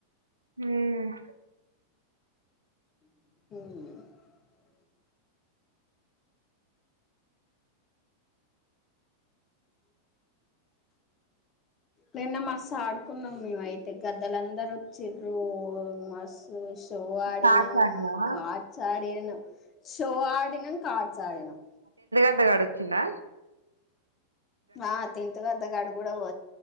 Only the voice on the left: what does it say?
అమ్ నిన్న మస్తు ఆడుకున్నాం మేము అయితే గద్దలందరు వచ్చిరు మస్తు ఇ కో ఆడినం
కడ్సా ఆడినం అడేను షో ఆడినం కాడ్స్ ఆడినం
ఆ తింట కద్దగాడు కూడా